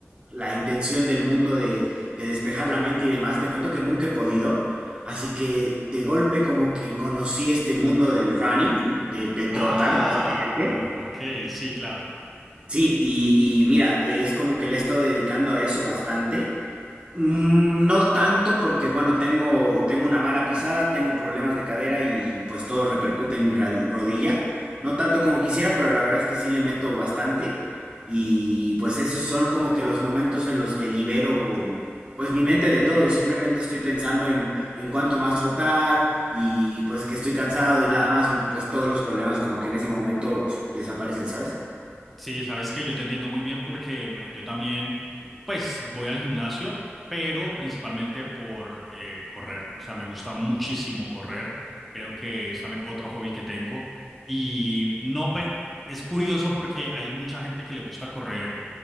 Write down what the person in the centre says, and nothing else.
Ah,
ok, sí, claro.
Sí, sabes que yo te entiendo muy bien porque me- yo también, pues, voy al gimnasio, pero principalmente por eh, correr. O sea, me gusta muchísimo correr. Creo que es también otro hobby que tengo. Y no, pe- es curioso porque hay mucha gente que le gusta correr